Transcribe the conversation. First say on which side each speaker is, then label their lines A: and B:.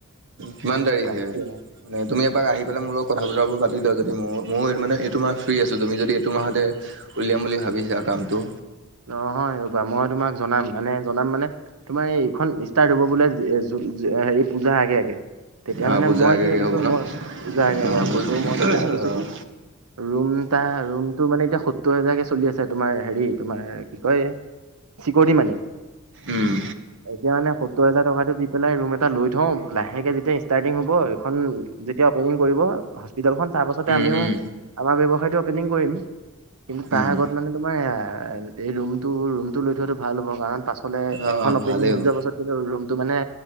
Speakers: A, on the right; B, on the right.
A: কিমান তাৰিখে।
B: তাকে
A: মানে তুমি এবাক আহি পেলাই মোৰ লগত তুমি এবাৰ আহি পেলাই মোৰ লগত কথা বতৰাবোৰ পাতি লোৱা যদি মোৰ মোৰ মানে এইটো মাহ ফ্ৰী আছো তুমি যদি এইটো মাহতে- উলিয়াম বুলি ভাবিছো আৰু কামটো।
B: নহয় ৰ'বা মই তোমাক জনাম মানে জনাম মানে তোমাৰ এইখন ষ্টাৰ্ট হব বোলে। হেৰি পূজা আগে আগে- তেতিয়া
A: অ',
B: মানে
A: পূজাৰ
B: মই
A: আগে
B: কি
A: আগে
B: ভাবিছো
A: হ'ব ন?
B: মই পূজা আগে আগে
A: অ',
B: হ'ব
A: পূ
B: ত' মই মানে ভাবিছো
A: অ',
B: কি? ৰুম টা ৰুমটো মানে এতিয়া সত্তৰ হাজাৰ কে চলি আছে তোমাৰ হেৰি- তোমাৰ কি কয় চিকৰতি মানি-
A: উম,
B: এতিয়া মানে সত্তৰ হাজাৰ টকাতটো দি- পেলাই ৰুম এটা লৈ থও লাহেকে যেতিয়া ষ্টাৰ্টিং হব এইখন যেতিয়া অপেনিং কৰিব। হস্পিতেলখন তাৰ পাছতে
A: উম,
B: আমিও
A: উম,
B: আমাৰ ব্যৱসায়টো অপেনিং কৰিম। কিন্তু
A: উম,
B: তাৰ আগত মানে তোমাৰ- এই ৰুমটো ৰুমটো লৈ থোৱাটো ভাল হ'ব কাৰণ পাছফালে
A: অ',
B: এইখন
A: অ',
B: অপেনিং
A: ভালেই
B: হৈ
A: হ'ব
B: যাব। তাৰপিছত কিন্তু ৰুমটো মানে